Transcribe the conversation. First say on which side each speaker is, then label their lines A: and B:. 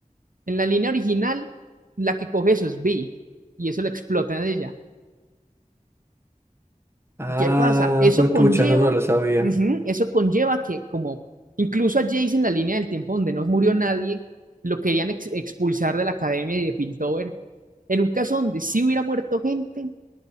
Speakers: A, on the right; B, on the right.
A: En la línea original, la que coge eso es B y eso lo explota en ella.
B: Ah,
A: ¿Y qué pasa? Eso
B: juepucha,
A: conlleva,
B: eso no lo sabía.
A: ujú, eso conlleva que como incluso a Jace en la línea del tiempo donde no murió nadie, lo querían ex- expulsar de la academia y de Piltover. En un caso donde sí hubiera muerto gente,